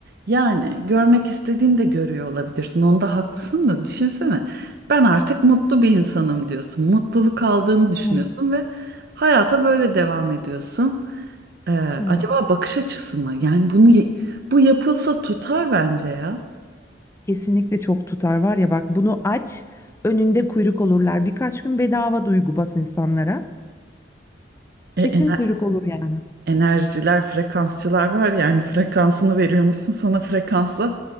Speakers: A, on the right; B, on the left.
A: Yani görmek istediğini de görüyor olabilirsin. Onda haklısın da düşünsene. Ben artık mutlu bir insanım diyorsun. Mutluluk aldığını düşünüyorsun
B: Hı,
A: ve hayata böyle devam ediyorsun. Ee,
B: tabii.
A: acaba bakış açısı mı? Yani bunu ye- bu yapılsa tutar bence ya.
B: Kesinlikle çok tutar var ya bak bunu aç önünde kuyruk olurlar. Birkaç gün bedava duygu bas insanlara.
A: E,
B: Kesin
A: ener-
B: kuyruk olur yani.
A: enerjiler, frekansçılar var yani frekansını veriyormuşsun sana frekansla